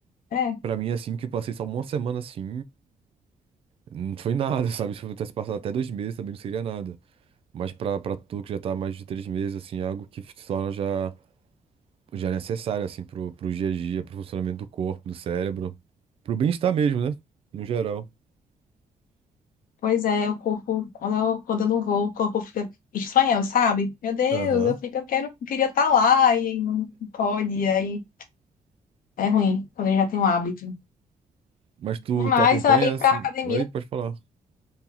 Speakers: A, on the left (about 75°); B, on the right (about 40°).
A: né,
B: Para mim assim que eu passei só uma semana assim, não foi nada, <laughs> sabe? Se eu tivesse passado até dois meses também não seria nada. Mas pra para tu que já tá há mais de três meses assim, é algo que se torna já já necessário assim pro, pro dia a dia, pro funcionamento do corpo, do cérebro, pro bem-estar mesmo, né? No geral.
A: Pois é, o corpo, quando eu, quando eu não vou, o corpo fica estranhando, sabe? Meu Deus,
B: Aham.
A: eu fico, eu quero, eu queria estar lá e aí não pode, e aí é ruim, quando a gente já tem um hábito.
B: Mas tu,
A: Mas
B: tu acompanha
A: aí
B: assim.
A: para academia,
B: Oi, pode falar.